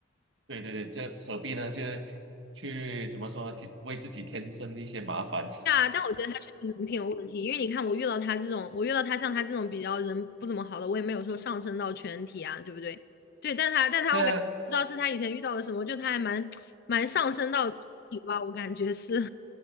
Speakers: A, on the right; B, on the left.
A: 对啊对对，这何必呢？就去怎么说呢？去为自己添增一些麻烦。
B: 对啊，但我觉得他确实人品有问题，因为你看我遇到他这种，我遇到他像他这种比较人不怎么好的，我也没有说上升到全体啊，对不对？对，但他但他我感觉不知道是他以前遇到了什么，
A: <laughs> 对啊，
B: 就他还蛮蛮上升到体吧，我感觉是，